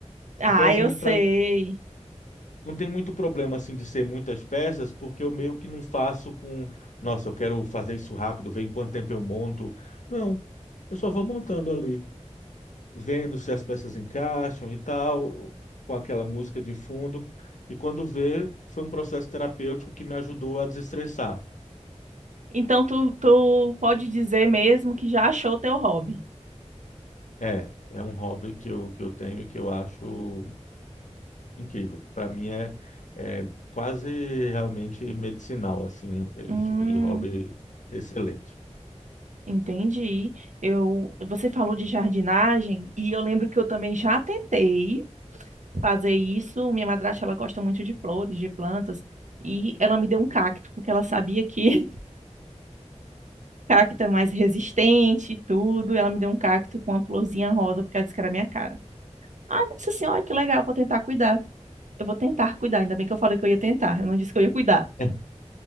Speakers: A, on the right; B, on the left.
A: Ah,
B: Então, assim,
A: eu sei.
B: pra- não tem muito problema assim de ser muitas peças, porque eu meio que não faço com, nossa, eu quero fazer isso rápido, ver em quanto tempo eu monto. Não, eu só vou montando ali, vendo se as peças encaixam e tal, com aquela música de fundo. E quando vê, foi um processo terapêutico que me ajudou a desestressar.
A: Então tu, tu pode dizer mesmo que já achou teu hobby.
B: É, é um hobby que eu, que eu tenho e que eu acho incrível. Para mim é, é quase realmente medicinal, assim, um,
A: Hum.
B: um tipo de hobby excelente.
A: Entendi. Eu, você falou de jardinagem e eu lembro que eu também já tentei fazer isso. Minha madrasta, ela gosta muito de flores, de plantas, e ela me deu um cacto, porque ela sabia que <laughs> cacto é mais resistente e tudo. Ela me deu um cacto com uma florzinha rosa, porque ela disse que era a minha cara. Ai, nossa senhora, que legal, vou tentar cuidar. Eu vou tentar cuidar, ainda bem que eu falei que eu ia tentar, eu não disse que eu ia cuidar.
B: <laughs>